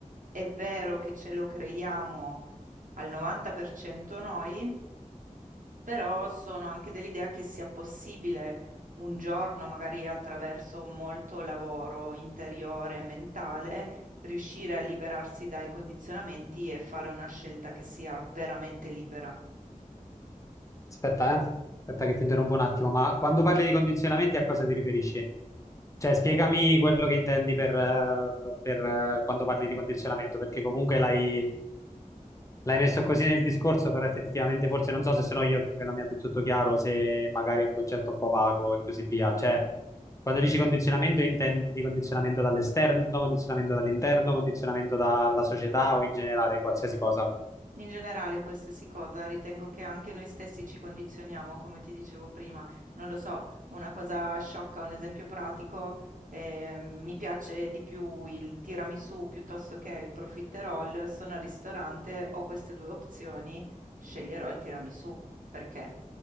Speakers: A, on the right; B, on the left.
A: è vero che ce lo creiamo al 90% noi però sono anche dell'idea che sia possibile un giorno, magari attraverso molto lavoro interiore e mentale, riuscire a liberarsi dai condizionamenti e fare una scelta che sia veramente libera.
B: Aspetta, eh. Aspetta che ti interrompo un attimo, ma quando parli di condizionamenti a cosa ti riferisci? Cioè, spiegami quello che intendi per, eh, per, eh, quando parli di condizionamento, perché comunque l'hai L'hai messo così nel discorso, però effettivamente forse non so se sono io che non mi ha detto tutto chiaro, se magari è un concetto un po' vago e così via. Cioè, quando dici condizionamento intendi condizionamento dall'esterno, condizionamento dall'interno, condizionamento dalla società o in generale qualsiasi cosa.
A: In generale, qualsiasi cosa, ritengo che anche noi stessi ci condizioniamo, come ti dicevo prima. Non lo so, una cosa sciocca, un esempio pratico, eh, mi piace di più il tiramisù piuttosto che il profiterol. Sono al ristorante, ho queste due opzioni, sceglierò il tiramisù. Perché?